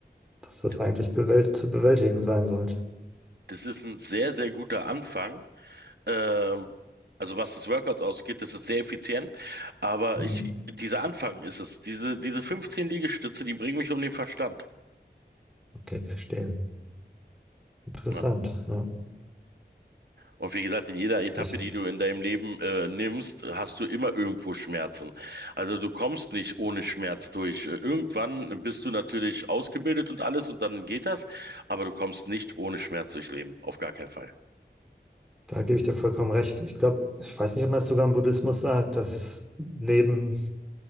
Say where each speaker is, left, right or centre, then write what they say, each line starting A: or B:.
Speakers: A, in the centre; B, on the right.
A: dass das
B: d-
A: eigentlich bewält zu bewältigen sein sollte.
B: das ist ein sehr, sehr guter Anfang. Ähm, Also was das Workout ausgeht, das ist sehr effizient. Aber
A: Mhm.
B: ich, dieser Anfang ist es. Diese, diese 15 Liegestütze, die bringen mich um den Verstand.
A: Okay, verstehe. Interessant.
B: Ja.
A: Ja.
B: Und wie gesagt, in jeder Etappe,
A: Ich,
B: die du in deinem Leben äh, nimmst, hast du immer irgendwo Schmerzen. Also du kommst nicht ohne Schmerz durch. Äh, Irgendwann bist du natürlich ausgebildet und alles und dann geht das, aber du kommst nicht ohne Schmerz durchs Leben. Auf gar keinen Fall.
A: da gebe ich dir vollkommen recht. Ich glaube, ich weiß nicht, ob man es sogar im Buddhismus sagt, dass Leben